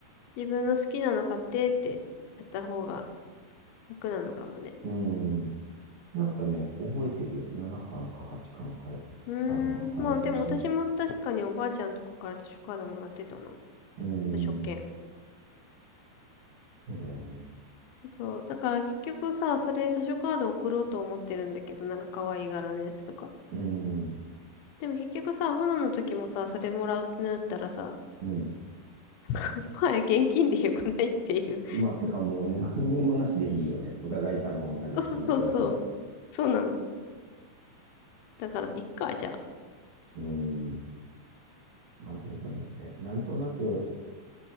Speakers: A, on the left; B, on the right.
A: 自分の好きなの買ってってやった方が楽なのかもね。
B: うん。なんかね、覚えてるよ。7巻か8巻かんか、
A: うーん、
B: 多分赤い表紙のやつ。
A: まあでも私も確かにおばあちゃんとかから図書カードもらってたな。
B: うん、
A: 図書券。
B: そうだよね。
A: そう。だから結局さ、それ図書カード送ろうと思ってるんだけど、なんか可愛い柄のやつとか。
B: うん、
A: でも結局さ、炎の時もさ、それもらうってなったらさ、
B: うん、
A: <laughs> もはや現金でよくないっていう。
B: まあ、てかもう何にもなしでいいよね。お互い多分同じ金額だから。
A: <laughs> そうそうそう。そうなの。だから、いっか、じゃあ。
B: うーん。まあ、どうだろうね。なんとなく、